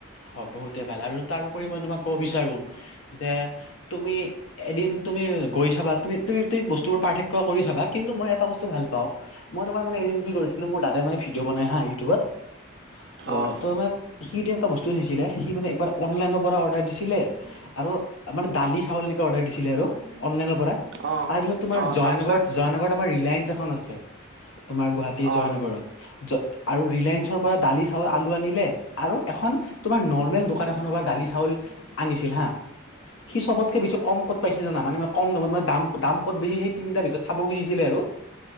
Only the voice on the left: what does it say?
হব এতিয়া ভালে আৰু তাৰপৰি মই তোমাক কব বিচাৰো, যে তুমি এদিন তুমি গৈ চাবা তুমি তুমি বস্তুবোৰ পাৰ্থক্য কৰি চাবা, কিন্তু মই এটা বস্তু ভাল পাওঁ মই তোমাৰ মানে এদিন কি কৰিছিলো, মোৰ দাদাই মানে ভিডিঅ বনাই হাহ ইউটিউবত অ
তহ মানে সি এটা বস্তু দিছিলে সি মানে একবাৰ অনলাইনৰ পৰা অৰ্ডাৰ দিছিলে আৰু মানে দালি, চাউল এনেকে অৰ্ডাৰ দিছিলে আৰু অনলাইনৰ পৰা
তাৰপিছত তোমাৰ
জয়ানগৰত
জয়ানগৰত আমাৰ ৰিলায়েন্স এখন আছে তোমাৰ গুৱাহাটী
জয়ানগৰত আৰু ৰিলায়েন্সৰ পৰা দালি, চাউল, আলু আনিলে, আৰু এখন তোমাৰ নৰ্মেল দোকান এখনৰ পৰা দালি, চাউল আনিছিল হা সি চবতকে বেছি কম কত পাইছে জানা, মানে কম দামত মানে দাম কত বেছি সেই তিনিটাৰ ভিতৰত চাব খুজিছিলে আৰু